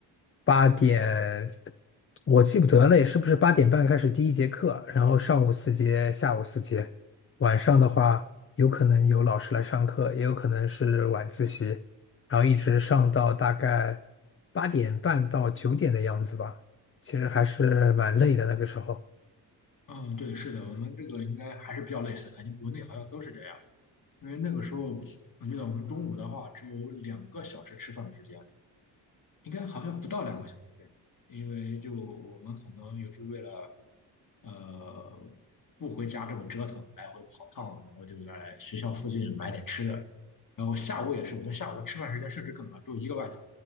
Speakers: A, on the left (about 30°); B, on the left (about 45°).
A: 八点我记不得了，是不是八点半开始第一节课？然后上午四节，下午四节，晚上的话有可能有老师来上课，也有可能是晚自习，然后一直上到大概八点半到九点的样子吧。其实还是蛮累的那个时候。
B: 嗯，对，是的，我们这个应该还是比较类似，感觉国内好像都是这样。因为那个时候我记得我们中午的话只有两个小时吃饭时间，应该好像不到两个小时这种，因为就我们可能有时候为了呃不回家这么折腾，来回跑趟，然后就在学校附近买点吃的，然后下午也是，我们下午吃饭时间甚至更短，只有一个半小时，